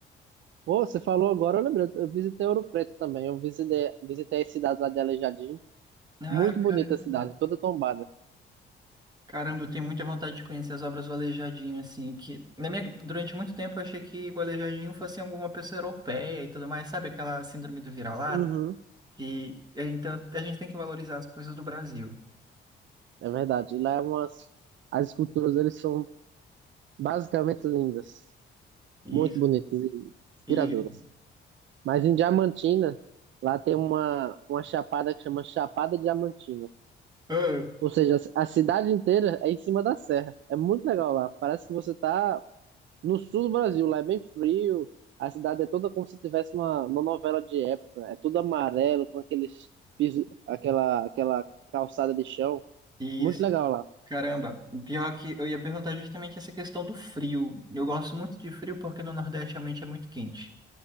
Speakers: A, on the right; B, on the right.
A: Pô, você falou agora, eu lembrei. Eu visitei Ouro Preto também. Eu visitei, visitei a cidade lá de Aleijadinho.
B: Ah,
A: Muito bonita
B: caramba.
A: a cidade, toda tombada.
B: Caramba, eu tenho muita vontade de conhecer as obras do Aleijadinho, assim, que na minha, durante muito tempo eu achei que o Aleijadinho fosse alguma pessoa europeia e tudo mais, sabe aquela síndrome do vira-lata?
A: Uhum,
B: Que é, então a gente tem que valorizar as coisas do Brasil.
A: é verdade. Lá é umas... As esculturas, eles são basicamente lindas.
B: Isso,
A: Muito bonitas e inspiradoras.
B: isso,
A: Mas em Diamantina, lá tem uma, uma chapada que chama Chapada Diamantina.
B: ah,
A: Ou seja, a cidade inteira é em cima da serra. É muito legal lá. Parece que você tá no sul do Brasil. Lá é bem frio. A cidade é toda como se tivesse uma, uma novela de época. É tudo amarelo, com aqueles piso, aquela, aquela calçada de chão.
B: isso.
A: Muito legal lá.
B: Caramba, pior que eu ia perguntar justamente essa questão do frio. Eu gosto muito de frio porque no Nordeste realmente é muito quente.